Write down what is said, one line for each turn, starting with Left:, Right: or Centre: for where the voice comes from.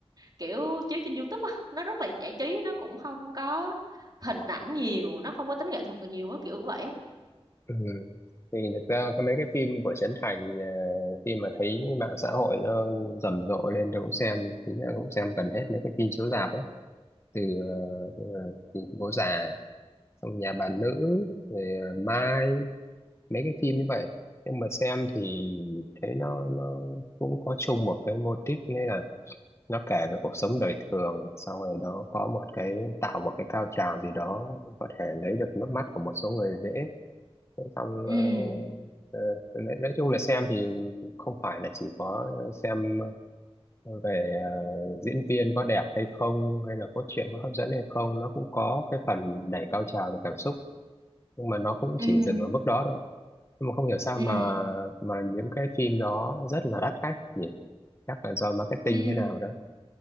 Right: kiểu chiếu trên YouTube á nó rất là giải trí nó cũng không có hình ảnh nhiều nó không có tính nghệ thuật nhiều á kiểu vậy á
Left: Ừ. Thì thực ra cái mấy cái phim của Trấn Thành ờ, khi mà thấy mạng xã hội nó rầm rộ lên tôi cũng xem chính là cũng xem gần hết mấy cái phim chiếu rạp ấy từ, ờ, từ ờ, thì bố già xong nhà bà nữ rồi ờ, Mai mấy cái phim như vậy nhưng mà xem thì thấy nó nó cũng có chung một cái mô típ nên là nó kể về cuộc sống đời thường xong rồi nó có một cái tạo một cái cao trào gì đó có thể lấy được nước mắt của một số người dễ xong
Right: ừ
Left: ờ, ờ, nói, nói chung là xem thì không phải là chỉ có xem về ờ, diễn viên có đẹp hay không hay là cốt truyện có hấp dẫn hay không nó cũng có cái phần đẩy cao trào về cảm xúc nhưng mà nó cũng
Right: ừ
Left: chỉ dừng ở mức đó thôi nhưng mà không hiểu sao
Right: ừ
Left: mà mà những cái phim đó rất là đắt khách nhỉ chắc là do marketing
Right: ừ
Left: thế nào đó